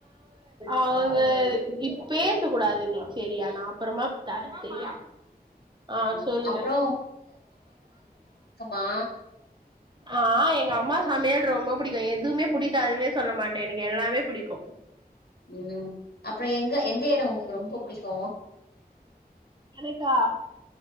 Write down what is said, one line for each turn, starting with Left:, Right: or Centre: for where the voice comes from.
Right: அவுங்க இப் பேச கூடாது நீ சேரியா நா அப்பறமா தரே சரியா ஆ
Left: ம்
Right: சொல்லுங்க
Left: அப்றோ மா
Right: ஆ எங்க அம்மா சமையல் ரொம்ப பிடிக்கு எதுவுமே புடிக்காதுனே சொல்ல மாட்டே எனக்கு எல்லாமே பிடிக்கு
Left: ம் அப்பறோ எங்க எந்த எடோ உங்ளுக்கு ரொம்ப பிடிக்கு
Right: எனக்கா